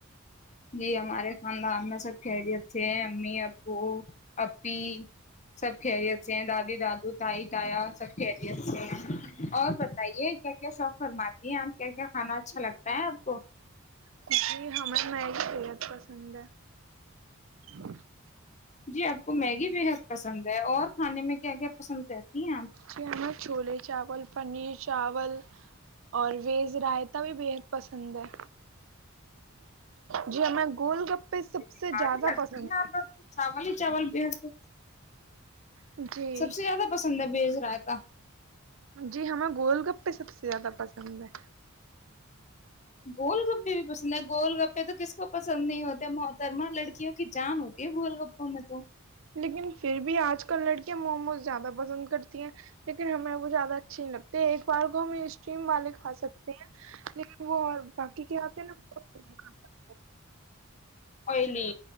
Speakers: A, on the left; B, on the right.
A: جی ہمارے خاندان میں سب خھییریت تھے ہیں امی ابو پپی سب خیریت تھے ہیں دادی دادو تائی تایا سب خھیریت تھے اور بتائیے کیا کیا شوق فرماتی ہیں آپ کیا کیا کھانا اچھا لگتا ہے آپ کو
B: ک ہمیں مائ بحت پسند ہے <unintelligible>
A: جی آپ کو میگی بےحد پسند ہے اور کھانے میں کیا کیا پسند کرتی ہیں آپ
B: جی ہمیں چوولے چاول پنیر چاول اور ویج رائتا بھی بےحد پسند ہے جی ہمیں گول گپ پہ سب
A: جی
B: سے
A: بھاری
B: زیادہ
A: لگتی
B: پسند
A: آپ
B: ہے
A: کو چاول ہی چاول بھی حتے
B: جی
A: سب سے زیادہ پسند ہے بیج رائے <unintelligible>
B: جی ہمیں گولڈ کپہ سب سے زیادہ پسند ہے
A: گول گپے بھی پسند ہے گول گپے تو کسی کو پسند نہیں ہوتے محترما لڑکی کیک جان ہوتی ہے بول ہو میں تو
B: لیکن پھر بھی آج کل لڑکیاں موموز زیادہ پسند کرتی ہیں لیکن ہمیں وہ زیادہ اچھیے نہیں لگتی ایک بار کو ہم اسم والے کھا سکتے ہیں لیکن وہ اور باقی کیا آتے ہیں نا کھا سک
A: آئلی